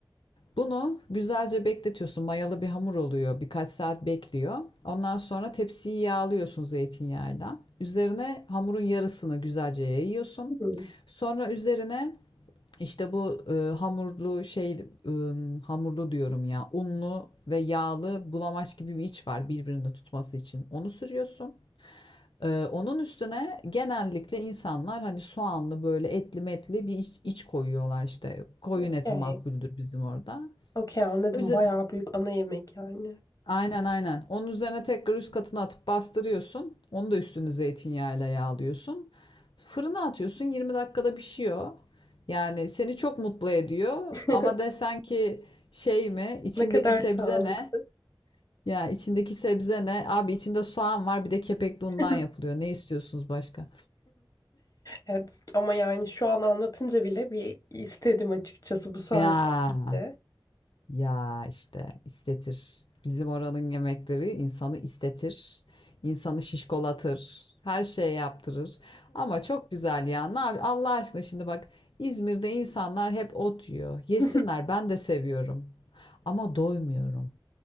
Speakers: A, on the left (about 80°); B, on the left (about 45°).
A: Bunu güzelce bekletiyorsun. Mayalı bir hamur oluyor. Birkaç saat bekliyor. Ondan sonra tepsiyi yağlıyorsun zeytinyağıyla. Üzerine hamurun yarısını güzelce yayıyorsun.
B: Hmm.
A: Sonra üzerine işte bu e, hamurlu şey e, hamurlu diyorum ya unlu ve yağlı bulamaç gibi bir iç var birbirini tutması için. Onu sürüyorsun. E, onun üstüne genellikle insanlar hani soğanlı böyle etli metli bir iç, iç koyuyorlar işte. Koyun
B: Okey.
A: eti makbuldür bizim orada.
B: Okey anladım.
A: Üze-
B: Bayağı büyük ana yemek yani.
A: Aynen aynen. Onun üzerine tekrar üst katına atıp bastırıyorsun. Onu da üstünü zeytinyağıyla yağlıyorsun. Fırına atıyorsun. 20 dakikada pişiyor. Yani seni çok mutlu ediyor.
B: <laughs>
A: Ama desen ki şey mi? İçindeki
B: Ne kadar
A: sebze
B: sağlık.
A: ne? Ya içindeki sebze ne? Abi içinde soğan var, bir de kepekli undan
B: <laughs>
A: yapılıyor. Ne istiyorsunuz başka?
B: Evet ama yani şu an anlatınca bile bir istedim açıkçası bu saatte.
A: Ya.
B: de.
A: Ya işte istetir. Bizim oranın yemekleri insanı istetir. insanı şişkolatır. Her şeye yaptırır. Ama çok güzel ya. Ne yap- Allah aşkına şimdi bak İzmir'de insanlar hep ot yiyor. Yesinler
B: <laughs>
A: ben de seviyorum. Ama doymuyorum.